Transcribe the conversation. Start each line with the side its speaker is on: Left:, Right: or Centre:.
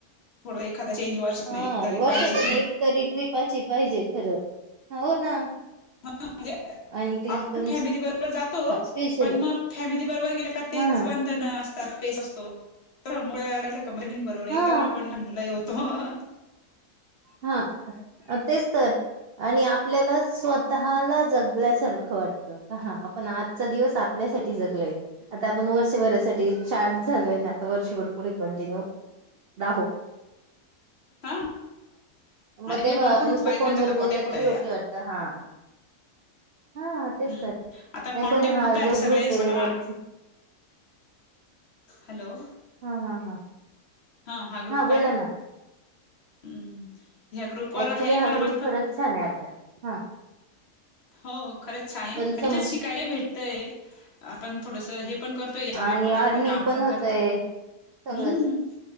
Left: थोडं एखादं चेंज वर्षातन
Right: हा
Left: एक तरी
Right: वर्षातून
Left: पाहिजे.
Right: एक तरी ट्रिप. पाची पाहिजे खरं हो ना.
Left: <unintelligible> म्हणजे.
Right: आणि ते
Left: आपण
Right: पण
Left: फॅमिली बरोबर जातो.
Right: स्पेशल
Left: पण मंग फॅमिली बरोबर गेलो का तेच
Right: हा
Left: बंधन अस तात तेच असतो. एकदम
Right: हा.
Left: आपण लहान मुलंही होतो. हह
Right: हा तेच तर आणि आपल्याला स्व स्वतःहाला जगल्यासारखं वाटतं. हा पण आजचा दिवस आपल्यासाठी जगलोय. आता आपण वर्षभरच. चार्ट झालंय ना आता वर्षभर पुढे कंटिन्यू राहो.
Left: <unintelligible>
Right: मग
Left: आता हे
Right: तेव्हा
Left: भरपूर
Right: नुसतं
Left: बायकांचे
Right: फोनवर
Left: आता कॉन्टॅक्ट
Right: बोलं
Left: होत
Right: तरी
Left: आहे
Right: ओके वाटत हा. हा तेच
Left: हम्म
Right: तर
Left: आता
Right: नाही
Left: कॉन्टॅक्ट
Right: पण हा
Left: होत आहे
Right: जो
Left: सगळ्यांशी
Right: ग्रुप आहे
Left: पण
Right: येच्यु
Left: हॅलो.
Right: हा हा हा.
Left: हा हा ग्रुप काय.
Right: बोला ना
Left: हम्म ह्या ग्रुप वर
Right: ऍक्च्युली
Left: हाय.
Right: हा
Left: पण आपण
Right: ग्रुप
Left: फ
Right: खरंच छान आहे आपला हा.
Left: हो खरंच छान आहे.
Right: पण
Left: आणि
Right: सम
Left: शिकायला भेटतंय आपण थोडंसं हे, पण करतोय. याच्यामार्फत
Right: आणि अर्निंग
Left: आपलं काम पण
Right: होतय
Left: करतोय
Right: सगळंच
Left: हम्म.